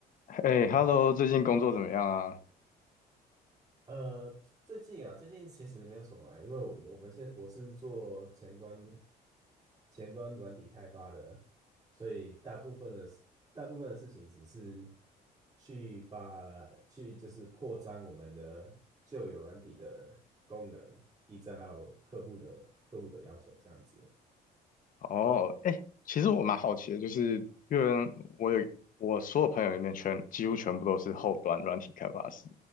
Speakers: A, on the left (about 55°); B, on the right (about 25°).
A: 哎，Hello，最近工作怎么样啊？
B: 呃，最近啊，最近其实没有什么欸，因为我们现我是做前端前端软体开发的，所以大部分的事大部分的事情只是去把去就是扩张我们的旧有软体的功能，依照客户的客户的要求这样子。
A: 哦，哎，其实我蛮好奇的，就是因为我有我所有朋友里面全几乎全部都是后端软体开发师。